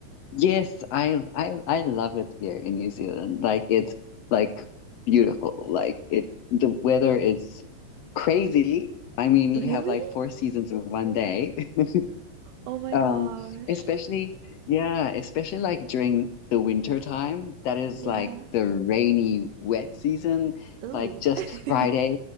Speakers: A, on the left (about 70°); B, on the right (about 85°).
A: Yes, I I I love it here in New Zealand. Like it's like beautiful. Like it the weather is crazy. I mean,
B: Really?
A: you have like four seasons in one day. <laughs>
B: Oh my
A: Um,
B: gosh.
A: especially, yeah, especially like during the winter time, that is
B: Yeah.
A: like the rainy, wet season,
B: Oh.
A: like just
B: <laughs>
A: Friday.